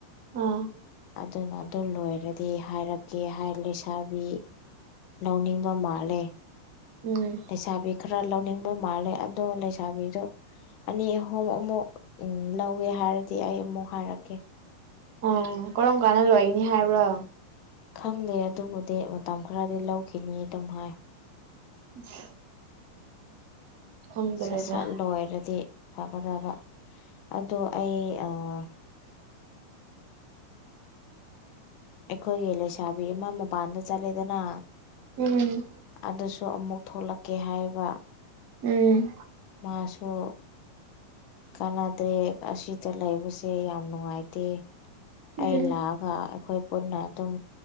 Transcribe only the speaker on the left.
ꯑꯗꯨꯅ ꯑꯗꯨ ꯂꯣꯏꯔꯗꯤ ꯍꯥꯏꯔꯛꯀꯦ ꯍꯥꯏ ꯂꯩꯁꯥꯕꯤ ꯂꯧꯅꯤꯡꯕ ꯃꯥꯜꯂꯦ
ꯂꯩꯁꯥꯕꯤ ꯈꯔ ꯂꯧꯅꯤꯡꯕ ꯃꯥꯜꯂꯦ ꯑꯗꯣ ꯂꯩꯁꯥꯕꯤꯗꯣ ꯑꯅꯤ ꯑꯍꯨꯝ ꯑꯃꯨꯛ ꯂꯧꯋꯦ ꯍꯥꯏꯔꯗꯤ ꯑꯩ ꯑꯃꯨꯛ ꯍꯥꯏꯔꯛꯀꯦ
ꯈꯪꯗꯦ ꯑꯗꯨꯕꯨꯗꯤ ꯃꯇꯝ ꯈꯔꯗꯤ ꯂꯧꯈꯤꯅꯤ ꯑꯗꯨꯝ ꯍꯥꯏ
ꯁꯠ ꯁꯠ ꯂꯣꯏꯔꯗꯤ ꯐꯒꯗꯕ ꯑꯗꯣ ꯑꯩ ꯑꯥ ꯑꯩꯈꯣꯏꯒꯤ ꯂꯩꯁꯥꯕꯤ ꯑꯃ ꯃꯄꯥꯟꯗ ꯆꯠꯂꯦꯗꯅ
ꯑꯗꯨꯁꯨ ꯑꯃꯨꯛ ꯊꯣꯛꯂꯛꯀꯦ ꯍꯥꯏꯌꯦꯕ
ꯃꯥꯁꯨ ꯀꯥꯟꯅꯗ꯭ꯔꯦ ꯑꯁꯤꯗ ꯂꯩꯕꯁꯦ ꯌꯥꯝ ꯅꯨꯡꯉꯥꯏꯇꯦ ꯑꯩ
ꯂꯥꯛ ꯒ ꯑꯈꯣꯏ ꯄꯨꯟꯅ ꯑꯗꯨꯝ